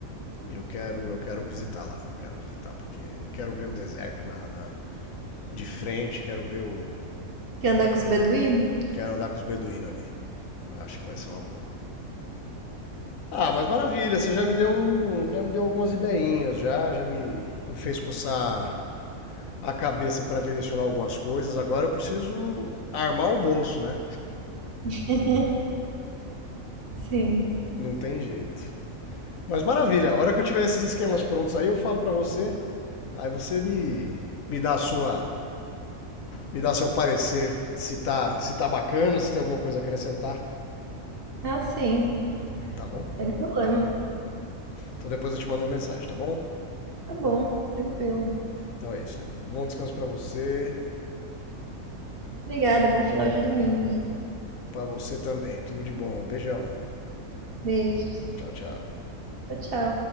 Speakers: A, on the left (about 75°); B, on the right (about 50°).
A: Eu quero, eu quero visitar lá. Quero visitar, porque quero ver o deserto na, na- de frente, quero ver o,
B: Quer andar com os beduínos?
A: Quero andar com os beduínos ali. Acho que vai ser uma boa. Ah, mas maravilha, você já me deu um, já me deu algumas ideinhas, já, já me, me fez coçar a cabeça para direcionar algumas coisas. Agora eu preciso armar o bolso, né?
B: <laughs> Sim.
A: Não tem jeito. Mas maravilha, a hora que eu tiver esses esquemas prontos aí, eu falo para você. Aí você me me dá a sua, me dá seu parecer, se tá, se tá bacana, se tem alguma coisa a acrescentar,
B: Ah, sim.
A: tá bom?
B: Sem problema.
A: Então depois eu te mando uma mensagem, tá bom?
B: Tá bom, tranquilo.
A: Então é isso, Lina. Bom descanso para você,
B: Obrigada, bom final de domingo e
A: para você também. Tudo de bom. Um Beijão.
B: beijos.
A: Tchau, tchau.
B: Tchau, tchau.